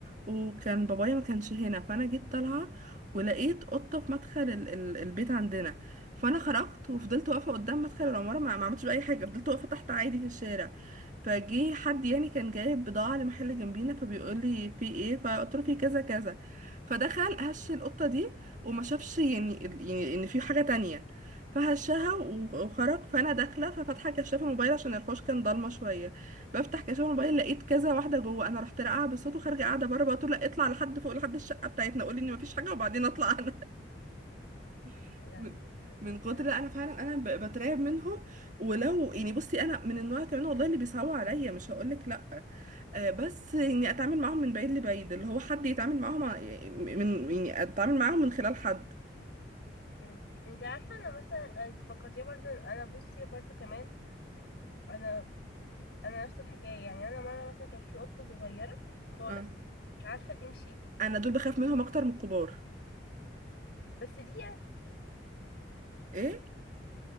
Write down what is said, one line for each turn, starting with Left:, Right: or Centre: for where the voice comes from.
Right: وكان بابايا ما كانش هنا فانا جيت طالعه ولقيت قطه في مدخل ال ال البيت عندنا فانا خرجت وفضلت واقفه قدام مدخل العماره ما ما عملتش باي حاجه فضلت واقفه تحت عادي في الشارع فجه حد يعني كان جايب بضاعه لمحل جنبينا فبيقول لي في ايه فقلت له في كذا كذا فدخل هش القطه دي وما شافش يعني يعني ان في حاجه تانية فهشها و- وخرج فانا داخله ففاتحه كشاف الموبايل عشان الحوش كان ضلمه شويه بفتح كشاف الموبايل لقيت كذا واحده جوه انا رحت راقعه بالصوت وخارجه قاعده بره بقول لا اطلع لحد فوق لحد الشقه بتاعتنا قولي ان مفيش حاجه وبعدين اطلع انا <laughs>
Left: يا لهوي
Right: من
Left: بجد
Right: من كتر
Left: ده
Right: لا انا فعلا انا ب- بترعب منهم ولو يعني بصي انا من النوع كمان والله اللي بيصعبوا عليا مش هقولك لا آه بس اني اتعامل معاهم من بعيد لبعيد اللي هو حد يتعامل معاهم ع- من يعني اتعامل معاهم من خلال حد
Left: مم. انت عارفة انا مثلا آه، انت فكرتيني برضه إن انا بصي برضه كمان انا انا نفس الحكاية يعني انا مرة مثلا كان في قطة صغيرة خالص
Right: آه.
Left: مش عارفة تمشي
Right: انا دول بخاف منهم اكتر من الكبار
Left: بس دي يعني
Right: ايه